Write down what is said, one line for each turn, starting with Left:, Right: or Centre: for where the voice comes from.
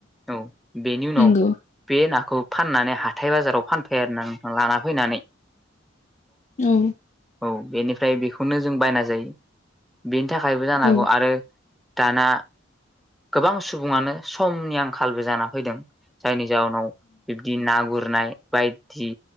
Centre: औ बेनि उनाव
Left: नंगौ
Centre: बे ना खौ फाननानै हाथाय बाजाराव फानफै आरो ना लाना फैनानै
Left: औ।
Centre: औ बेनिफ्राय बेखौनो जों बायना जायो बेनि थाखायबो जानो
Left: औ
Centre: हागौ आरो दाना गोबां सुबुङानो समनि आंखालबो जाना फैदों जायनि जाउनाव बिबदि ना गुरनाय बायदि